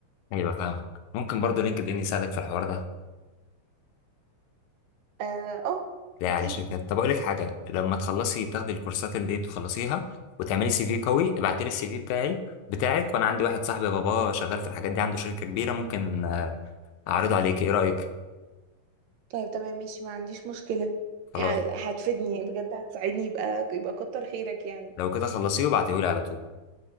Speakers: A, on the left; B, on the right.
A: ايوه فاهمك ممكن برضه لينكد ان يساعدك في الحوار ده
B: اه آه،
A: لا يعني
B: اكيد
A: شركات طب اقول لك حاجه لما تخلصي تاخدي الكورسات اللي دي تخلصيها وتعملي سي في قوي ابعتي لي السي في بتاعي بتاعك وانا عندي واحد صاحبي باباه شغال في الحاجات دي عنده شركه كبيره ممكن آه، اعرضه عليك ايه رايك
B: طيب تمام ماشي ما عنديش مشكله
A: خلاص
B: يعني هتفيدني يعني بجد هتساعدني يبقى يبقى كتر خيرك يعني
A: لو كده خلصيه وابعتيه لي على طول